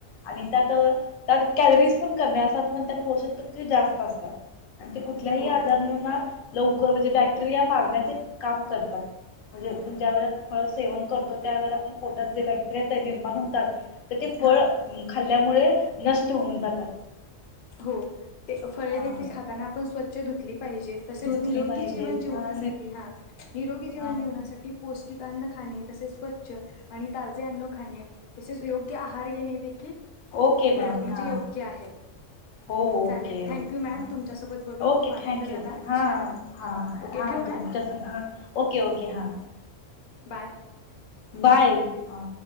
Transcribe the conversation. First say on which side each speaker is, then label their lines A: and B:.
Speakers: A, on the left (about 80°); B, on the left (about 55°).
A: आणि त्यात त्यात कॅलरीज पण कमी असतात. पण पोषक ते जास्त असतात आणि ते कुठल्याही
B: हो
A: आजारणांना लवकर म्हणजे बॅक्टेरिया मारण्याचे काम करतात म्हणजे आपण ज्या वेळे फळ सेवन करतो त्यावेळे आपण पोटात जे बॅक्टेरिया ते निर्माण होतात. त ते फळ
B: हा
A: खाल त्यामुळे नष्ट होऊन जातात.
B: हो ते फळे
A: हा
B: देखील खाताना आपण स्वचछ धुतली पाहिजे तसेच
A: धुतली
B: निरोगी
A: पाहिजेत
B: जीवन जीवसाठी
A: हा
B: हा निरोगी जीवन
A: हा
B: जीवसाठी पौष्टिक अन्न खाणे तसेच स्वच्छ आणि ताजे अन्न खाणे तसेच योग्य आहार घेणे देखील
A: ओके
B: बर
A: मॅम
B: म्हणजे
A: हा
B: योग्य आहे.
A: हो ओके
B: चालेल थँक्यू
A: ओके
B: मॅम
A: हा
B: तुमच्यासोबत बोलून
A: ओके
B: खूप आनंद
A: थँक्यू
B: झाला
A: हा
B: छान वाटलं
A: हा
B: ओके
A: हा
B: ठेवू मॅम
A: तुमस ह ओके ओके हा.
B: बाय
A: बाय हा.